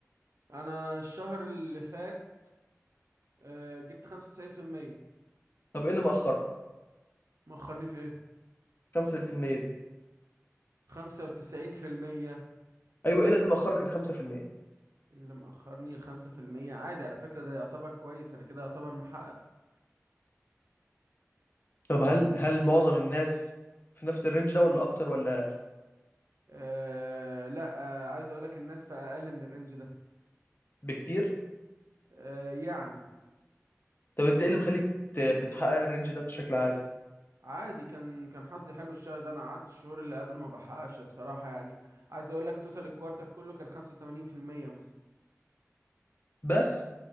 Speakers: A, on the right; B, on the left.
A: انا الشهر اللي فات آه، جبت 95%
B: طب ايه اللي مأخرك
A: مأخرني في ايه
B: 5% دي
A: 95%
B: ايوه ايه اللي مأخرك ال 5%
A: اللي مأخرني ال 5% عادي على فكرة ده يعتبر كويس انا كده يعتبر محقق
B: طب هل هل معظم الناس في نفس الرينج ده ولا اكتر ولا اقل
A: أه لا آه، عايز اقولك الناس في اقل من الرينج ده
B: بكتير
A: أه يعني
B: طب انت ايه اللي مخليك ت- بتحقق الرينج ده بشكل عالي
A: عادي كان كان حظي حلو الشهر ده انا قعدت الشهور اللي قبله ما بحققش بصراحه يعني عايز اقول لك توتال الكوارتر كله كان 85% مثلا
B: بس